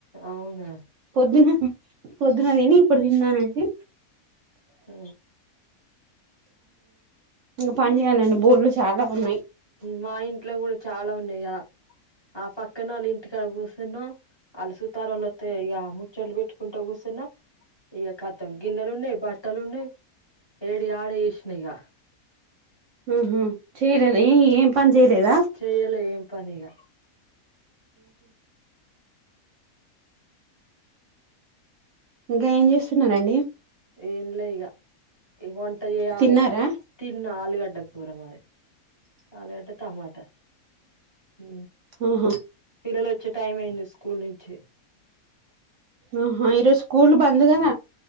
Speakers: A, on the left; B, on the right.
A: అవునా
B: పొద్దున్న పొద్దునది ఇప్పుడు తిన్నానండి
A: అ
B: ఇంకా పని చేయాలండి బోర్లు చాల ఉన్నాయ్
A: మా ఇంట్లో కూడ చాలా ఉన్నాయ ఆ పక్కన వాళ్ళు ఇంటికాడ కూర్చ <unintelligible> తరంలోస్త ఇక ముచ్చలు పెట్టుకుంటా కూర్చున్నా ఇక కతం గిన్నెలు ఉన్నాయి బట్టటి అట్టలునే ఏడి ఆడ వేసినా ఇక
B: ఆహ చేయలేద ఏ ఏం పని చేయలేదా
A: చెయ్యాలే ఏం పని ఇగ
B: ఇంగ ఏం చేస్తున్నారండి
A: ఏంలే ఇగ ఇ వంట చేయాలే
B: తిన్నారా
A: తిన్న ఆలుగడ్డ కూర మది ఆలుగడ్డ టమాట ఉ
B: ఆహా
A: పిల్లలు వచ్చే టైం అయింది స్కూల్ నుంచి
B: ఆహా ఈరోజు స్కూల్ బంద్ కద